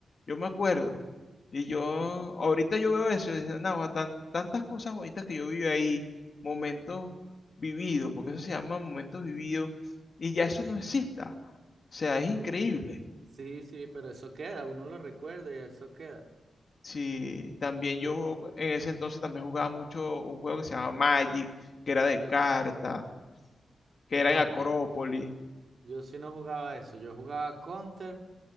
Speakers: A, on the left (about 40°); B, on the right (about 55°).
A: Yo me acuerdo. Y yo,
B: Sí,
A: ahorita yo veo eso y digo, "Nahua, tan- tantas cosas bonitas que yo viví ahí, momentos vividos, porque eso se llama momentos vividos, y ya eso no exista. O sea, es increíble.
B: No, sí, sí, pero eso queda, uno lo recuerda y eso queda.
A: Sí, también yo
B: Eh,
A: en ese entonces también jugaba mucho un juego que se llamaba Magic, que era de carta que
B: No,
A: era en Acrópolis.
B: yo, yo sí no jugaba eso, yo jugaba Counter,